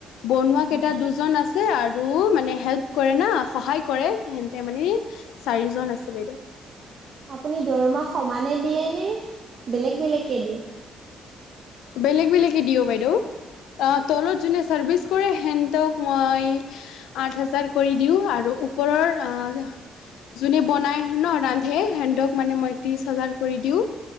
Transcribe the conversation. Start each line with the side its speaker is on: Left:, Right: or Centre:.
Left: বনোৱা কেইটা
Right: অ'।
Left: দুজন আছে আৰু মানে হেল্প কৰে না সহায় কৰে হেনতে মানে চাৰিজন আছে বাইদেউ
Right: আপুনি দৰমাহ সমানে দিয়ে নে বেলেগ বেলেগকে দিয়ে
Left: বেলেগ বেলেগকে দিও বাইদেউ অ তলত যোনে চাৰ্ভিচ কৰে সেতক মই আঠ হাজাৰ কৰি দিওঁ আৰু ওপৰৰ আহ যোনে বনাই ন ৰান্ধে সেতক মানে মই ত্ৰিছ হাজাৰ কৰি দিও